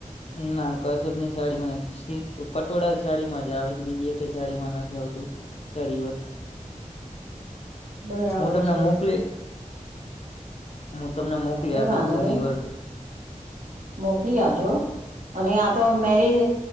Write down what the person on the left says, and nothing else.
ના કસબ ની સાડી નહીં સિ પટોળા સાડીમાં જ આવે છે બીજી એકય કઈ સાડી માં નથી આવતું સરી વર્ક.
હું તમને
મોકલી, હું તમને મોકલી
આપીશ
જરી
વર્ક.